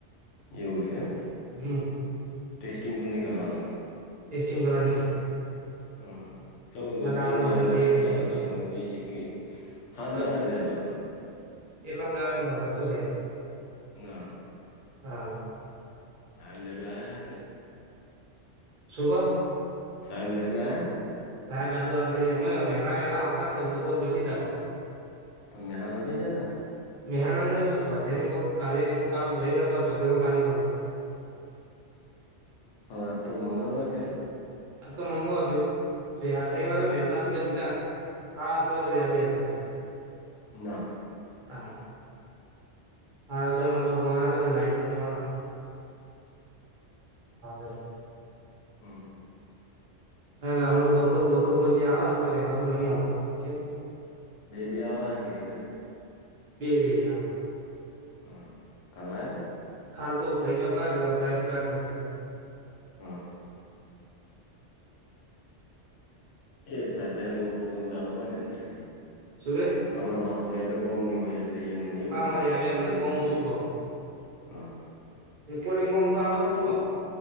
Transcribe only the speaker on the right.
હમ
ટેસ્ટિંગ તો અવે ની થાય
નકર
આપડે બધાને કહીએ
લઈ જાઓ
ત્યાં.
હ
એટલા દાડા તો કચોર્યા
<unintelligible>
શું કો
સાહેબ અજુ આ જ નઈ એમવેલા વેલા આવતા જ નઈ બપોર પછી જ આવ
નેહાનો સ્વાધ્યાયનો કોક કાર્યક્રમ કાલ રવિવાર પાસ સ્વાધ્યાયનો કાર્યક્રમ સે
આ તો મંગાવા દ્યો જે આ રવિવારે વહેલા સ કે સીધા હા <unintelligible> બે થાય છે
તાડ હાડા સ માં ફોન આયો તો કે લાઈટ બંધ <unintelligible>
એટલે અમણાં બપોર બપોર પછી આવા તો રેવા તો નહી આવતો કેમ
બે બે આવા
કાલ તો ભઈ <unintelligible> છે સાહેબ <unintelligible> મોટા સાહેબ
શું કે?
ના અમારે
આ બે હમને
કોમ
ઓછું ભાવ
રિપોર્ટિંગ કોમ તો આવે જ છે ભ